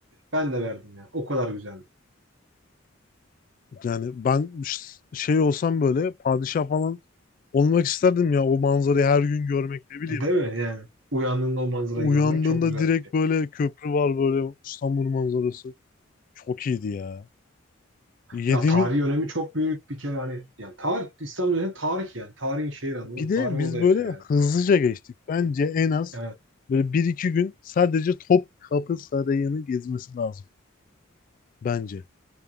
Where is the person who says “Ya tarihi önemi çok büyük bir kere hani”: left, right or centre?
Right